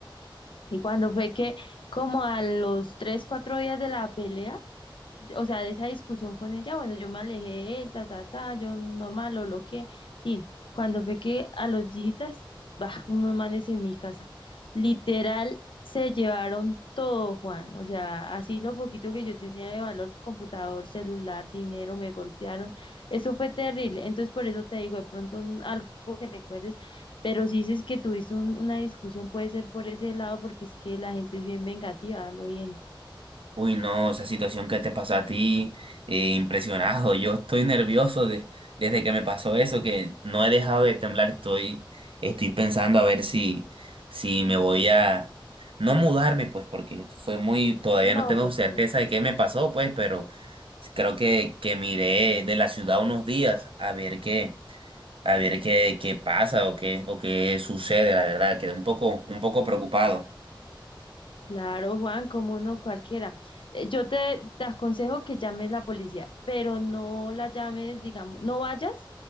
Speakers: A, on the left (about 70°); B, on the right (about 85°).
A: Y cuando fue que como a los tres, cuatro días de la pelea, o sea, de esa discusión con ella, bueno, yo me alejé de él, ta, ta, ta, yo normal lo bloqueé. Tin, cuando fue que a los días, bah, unos manes en mi casa, literal, se llevaron todo, Juan, o sea, así lo poquito que yo tenía de valor, computador, celular, dinero, me golpearon, eso fue terrible, entonces por eso te digo, de pronto un- algo que recuerdes, pero si dices que tuviste un- una discusión, puede ser por ese lado, porque es que la gente es bien vengativa, lo bien,
B: Uy, no, esa situación que te pasó a ti, eh, impresionado. Yo estoy nervioso de- desde que me pasó eso, que no he dejado de temblar. Estoy, estoy pensando a ver si, si me voy a, no mudarme, pues, porque fue muy, todavía
A: no,
B: no tengo
A: pues
B: certeza
A: sí.
B: de qué me pasó, pues, pero creo que, que miré de la ciudad unos días a ver qué, a ver qué, qué pasa o qué, o qué sucede, la verdad. Quedé un poco, un poco preocupado.
A: Claro, Juan, como no cualquiera. Eh, Yo te, te aconsejo que llames la policía, pero no la llames, digamos, no vayas,